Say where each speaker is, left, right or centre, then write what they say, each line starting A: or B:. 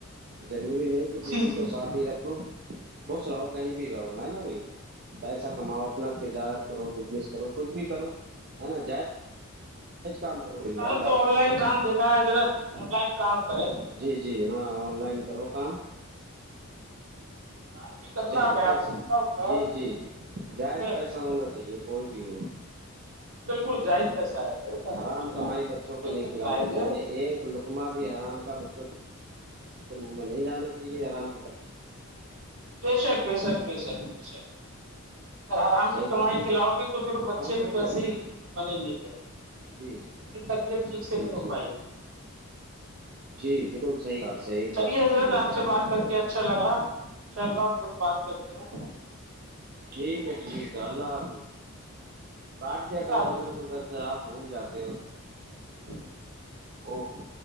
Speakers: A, on the right (about 45°); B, on the right (about 75°).
A: ضروری نہیں بیوی
B: جی جی
A: کو
B: فی
A: ساتھ ہی رکھو خوش رہو کہیں بھی رہو ہے نا بھائی پیسہ کماؤ اپنا تجارت کرو بزنس کرو کچھ بھی کرو ہے نا جائ یہ کام کرو اللہ
B: الحال
A: اللہ
B: تو
A: کا
B: آن لائن
A: شکر
B: کام دیکھا ہے حضرت آن لائن کام کریں گے
A: جی جی ہاں آن لائن کرو کام
B: آپ بھی کرنا
A: جائج
B: میں آپ
A: بس
B: کو بتاؤں گا
A: جی جی جی جائز
B: ٹھیک ہے
A: پیسہ ہونا چاہیے کوئی بھی ہو
B: بالکل جائز پیسہ ہے حضرت آپ
A: آرام
B: ٹینشن
A: کمائی
B: نہ لیں بالکل
A: بچوں کو
B: ایک
A: نہیں
B: دم
A: کھلانا
B: جائز ہے
A: چاہیے ایک لوگ کما بھی حرام کا بچوں کو تو منہ میں نہیں جانا چاہیے آرام کے پاس
B: بے شک بے شک بے شک بےشک آرام
A: صحیح
B: کی کمائی
A: کرام
B: کھلاؤ گے تو پھر بچے
A: حضرت
B: بھی ویسے
A: میں
B: ہی بنیں گے پھر
A: جی
B: ان کی تربیت ٹھیک سے
A: جی
B: نہیں ہو
A: جی
B: پائی
A: جی بالکل صحیح کہا صحیح
B: چلیے
A: کہ
B: حضرت
A: صحیح
B: آپ
A: کہا
B: سے بات کر کے اچھا لگا انشاء اللہ پھر بات کرتے ہیں
A: ٹھیک ہے ٹھیک ہے اللہ حافظ کاٹ دیا
B: اللہ
A: کرو
B: حافظ
A: حضر تو در اچھا آپ بھول جاتے ہو
B: جی
A: آف